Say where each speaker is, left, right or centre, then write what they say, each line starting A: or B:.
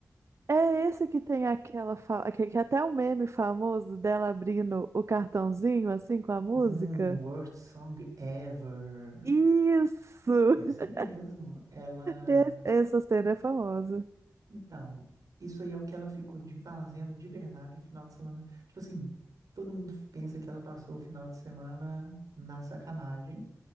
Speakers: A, on the right; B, on the right.
A: É esse que tem aquela. Fa... Que, que até um meme famoso dela abrindo o cartãozinho, assim, com a música.
B: Um Worst Song Ever.
A: Isso!
B: Esse
A: <laughs>
B: mesmo. Ela.
A: E- Essa cena é famosa.
B: Então, isso aí é o que ela ficou de fazendo de verdade o final de semana. Tipo assim, todo mundo pensa que ela passou o final de semana na sacanagem,